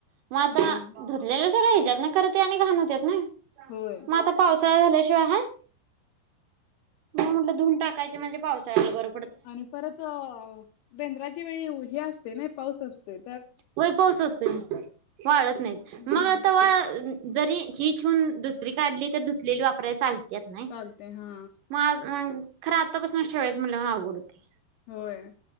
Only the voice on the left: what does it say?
हा हा
होय.
आणि परत अ बेंद्राच्या वेळी हे असते ना पाऊस असतय
हम्म
चालते हा
होय